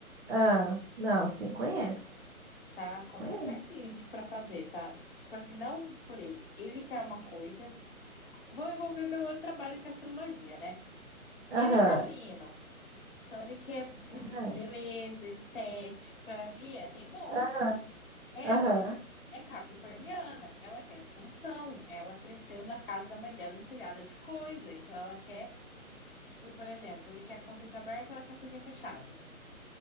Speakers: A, on the right; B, on the left.
A: Ah, não, sim, conheço.
B: Tá complicadinho
A: Conheço.
B: de- pra fazer, tá? Tipo assim, não por ele. Ele quer uma coisa. Vou envolver meu outro trabalho que é astrologia, né?
A: Aham,
B: Ele é taurino. Então ele quer boni-
A: aham,
B: beleza, estética e é teimoso.
A: aham,
B: Ela
A: aham.
B: é capricorniana, ela quer função, ela cresceu na casa da mãe dela entulhada de coisa, então ela quer, tipo, por exemplo, ele quer conceito aberto, ela quer cozinha fechada.